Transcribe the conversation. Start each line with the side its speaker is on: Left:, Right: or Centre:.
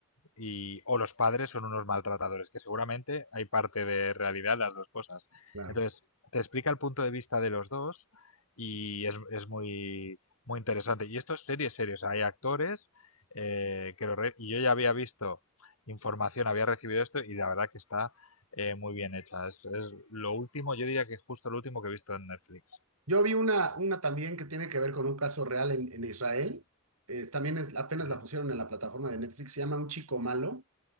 Left: y, o los padres son unos maltratadores, que seguramente hay parte de realidad las dos cosas.
Right: claro.
Left: Entonces, te explica el punto de vista de los dos y es, es muy, muy interesante. Y esto es serie, serio, o sea, hay actores eh, que lo re- y yo ya había visto información, había recibido esto y la verdad que está eh, muy bien hecha. Es, es lo último, yo diría que justo lo último que he visto en Netflix.
Right: Yo vi una, una también que tiene que ver con un caso real en, en Israel. Eh, también es- apenas
Left: Sí,
Right: la pusieron en la plataforma de Netflix. Se llama Un chico malo